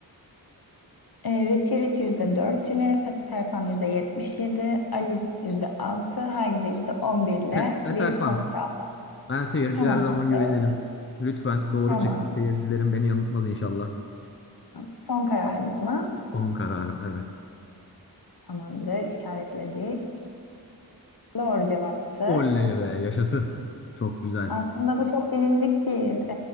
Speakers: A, on the left; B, on the left.
A: E, Richie Rich %4 ile, Peter Pan %77, Alice %6, Heidi de %11 ile
B: Pet Peter
A: bir
B: Pan.
A: sonuç aldık.
B: Ben seyirciye
A: Tamamdır,
B: her zaman güvenirim. Lütfen doğru
A: tamam.
B: çıksın. Seyircilerim beni yanıltmaz inşallah.
A: Son kararımız mı?
B: Son kararım evet.
A: Tamamdır, işaretledik. Doğru cevaptı.
B: Oley be yaşasın. Çok güzel.
A: Aslında bu çok bilindik bir